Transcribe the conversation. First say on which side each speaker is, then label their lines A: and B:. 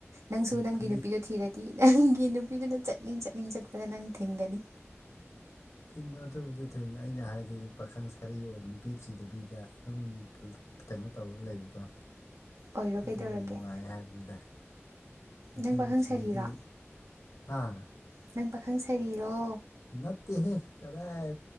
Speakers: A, on the right; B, on the left.
A: ꯅꯪꯁꯨ
B: ꯅꯨꯄꯤ
A: ꯅꯪꯒꯤ ꯅꯨꯄꯤꯗꯣ ꯊꯤꯔꯗꯤ ꯗꯤ ꯅꯪꯒꯤ ꯅꯨꯄꯤꯗꯨꯅ ꯆꯠꯅꯤꯡ ꯆꯠꯅꯤꯡ ꯆꯠꯄꯗ ꯅꯪ ꯊꯤꯡꯒꯅꯤ
B: ꯊꯤꯡꯕ ꯑꯗꯨꯕꯨꯗꯤ ꯊꯤꯡꯑꯦ ꯑꯩꯅ ꯍꯥꯏꯗꯤ ꯄꯥꯈꯪ ꯁꯔꯤ ꯑꯣꯏ ꯅꯨꯄꯤ ꯊꯤꯗꯕꯤꯗ ꯑꯗꯨꯝ ꯀꯩꯅꯣ ꯇꯧꯔ ꯂꯩꯕꯗꯣ
A: ꯑꯣꯏꯔꯣ
B: ꯑꯗꯨ
A: ꯀꯩꯗꯧꯔꯒꯦ
B: ꯅꯨꯡꯉꯥꯏ ꯍꯥꯏꯕꯤꯅꯗ ꯅꯨꯄꯤꯕꯨ
A: ꯅꯪ ꯄꯥꯈꯪ
B: ꯊꯤꯔꯗꯤ
A: ꯁꯥꯔꯤꯔꯣ
B: ꯍꯥ
A: ꯅꯪ ꯄꯥꯈꯪ ꯁꯥꯔꯤꯔꯣ
B: ꯅꯠꯇꯦ ꯀꯗꯥꯏ